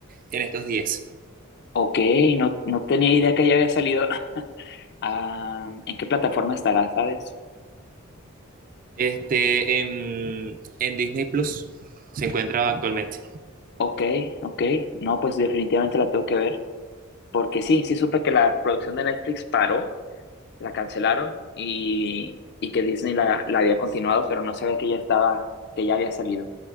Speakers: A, on the right; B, on the left.
A: en estos días.
B: ok, no, no tenía idea que ya había salido. <laughs> Ah, ¿en qué plataforma estará, sabes?
A: Este, en, en Disney Plus se encuentra
B: O-
A: actualmente.
B: ok, ok. No, pues definitivamente la tengo que ver, porque sí, sí supe que la producción de Netflix paró la cancelaron y, y que Disney la, la había continuado, pero no sabía que ya estaba, que ya había salido.